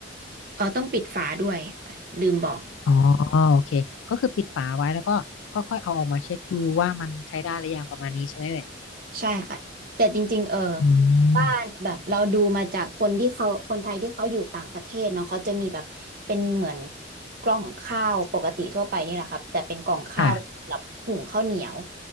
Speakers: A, on the right; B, on the left.
A: เออต้องปิดฝาด้วยค่ะลืมบอก
B: อ๋อโอเคก็คือปิดฝาไว้แล้วก็ค่อยๆเอาออกมาเช็คดูว่ามันใช้ได้หรือยังประมาณนี้ใช่ไหมเอ่ย
A: ใช่ค่ะแต่จริงๆเออ
B: อื
A: บ้านแบบเราดูมาจากคนที่เขาคนไทยที่เขาอยู่ต่างประเทศเนาะเขาจะมีแบบเป็นเหมือน
B: ม
A: กล่องข้าวปกติทั่วไปนี่แหละครับแต่เป็นกล่องข้าวสำหรับหุงข้าวเหนียว
B: ค่ะ